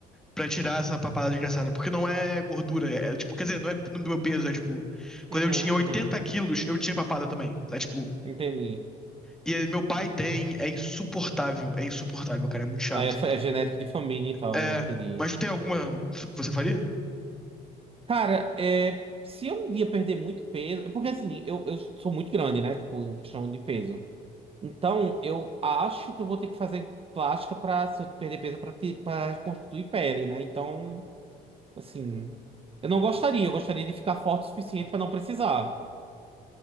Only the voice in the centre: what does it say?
pra tirar essa papada desgraçada. Porque não é gordura. É, é, tipo, quer dizer, não é do meu peso. É tipo. Quando
eu tinha 80
quilos, eu tinha papada também. É tipo.
E aí, meu pai tem. É insuportável. É insuportável, cara. É muito chato.
É,
mas tu tem alguma que você faria?